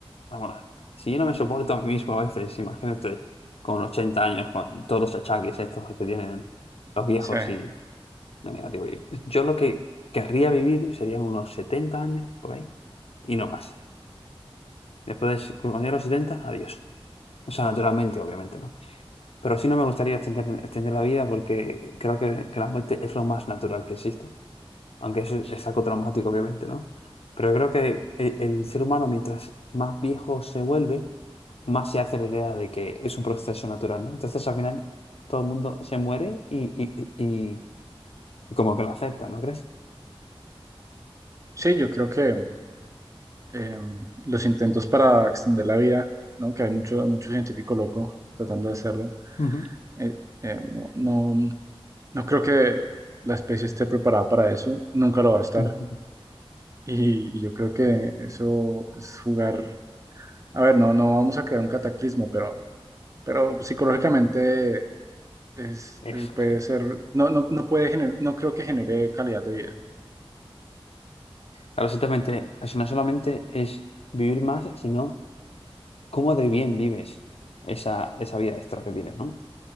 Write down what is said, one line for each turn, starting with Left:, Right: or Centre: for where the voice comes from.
Left: vamos, si yo no me soporto a mí mismo a veces, imagínate, con 80 años, con todos los achaques estos que tienen los viejos
Right: Sí,
Left: y... No, mira, digo, yo yo lo que querría vivir serían unos 70 años por ahí y no más. Después de cuando llegue a los 70, adiós. O sea, naturalmente, obviamente, ¿no? Pero sí no me gustaría extender, extender la vida porque creo que, que la muerte es lo más natural que existe. Aunque eso es, es algo traumático, obviamente, ¿no? Pero yo creo que el, el ser humano, mientras más viejo se vuelve, más se hace la idea de que es un proceso natural, ¿no? Entonces, al final, todo el mundo se muere y, y, y- y como que lo acepta, ¿no crees?
Right: sí, yo creo que eh, los intentos para extender la vida, ¿no? Que hay mucho, mucho científico loco tratando de hacerlo.
Left: Ujú.
Right: Eh, eh, no, no, no creo que la especie esté preparada para eso, nunca lo va a estar.
Left: Ujú.
Right: Y, y yo creo que eso es jugar. A ver, no, no vamos a crear un cataclismo, pero, pero psicológicamente es,
Left: Eso,
Right: eh, puede
Left: sí.
Right: ser, no, no, no puede gener- no creo que genere calidad de vida.
Left: Claro, exactamente. Eso no solamente es vivir más, sino cómo de bien vives esa, esa vida extra que tienes, ¿no?